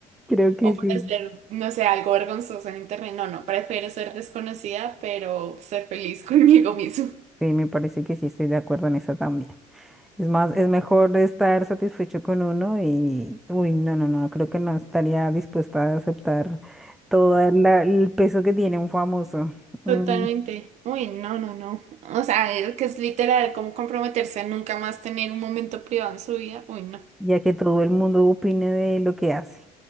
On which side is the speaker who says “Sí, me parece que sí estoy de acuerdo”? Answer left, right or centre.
Centre